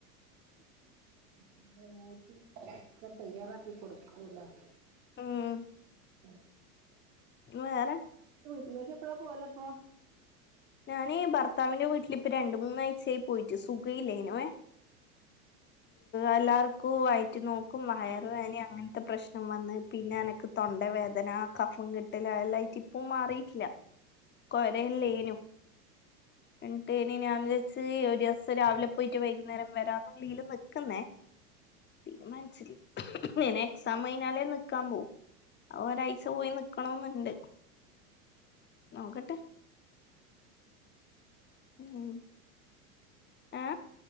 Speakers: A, on the right; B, on the left.
A: സ്പെഷ്യലായിട്ട് ഒക്കെ തയ്യാറാക്കി കൊടുക്കൂലേ
B: ഉം
A: ആഹ
B: വേറെ
A: ഇല്ലേക്ക് എപ്പഴാ പോലപ്പോ
B: ഞാനെ ഭർത്താവിന്റെ വീട്ടിലിപ്പ രണ്ട മൂന്നാഴ്ചയായി പോയിട്ട് സുഖ ഇല്ലേനുവേ
A: ഉം
B: എല്ലാവർക്കും വയറ്റി നോക്കും വയറ് വേന അങ്ങനത്തെ പ്രശ്നം വന്ന് പിന്നെ എനക്ക് തൊണ്ട വേദന പി ആ കഫം കിട്ടല എല്ലായിട്ട് ഇപ്പ മാറിട്ടില്ല കൊരയല്ലേനും
A: ഉം
B: എന്നിട്ട് ഇനി വിചരിച് ഒരു ദിവസം രാവിലെ പോയിട്ട് വൈകുന്നേരം വരാന്ന് വിള്ളീൽ നിൽക്കുന്നേ തീരുമാനിച്ചില്ലേ ഇനെ എക്സാം കഴഞ്ഞാലേ നിക്കാൻ പോവും ഒരാഴ്ച പോയി നിക്കണന്നുണ്ട് നോക്കട്ടെ
A: ഉ ആഹ
B: ഉ ഏ